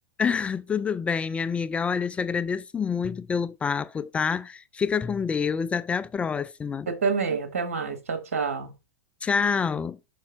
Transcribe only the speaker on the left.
<laughs> Tudo bem, minha amiga. Olha, eu te agradeço muito pelo papo, tá? Fica com Deus. Até a próxima.
Tchau.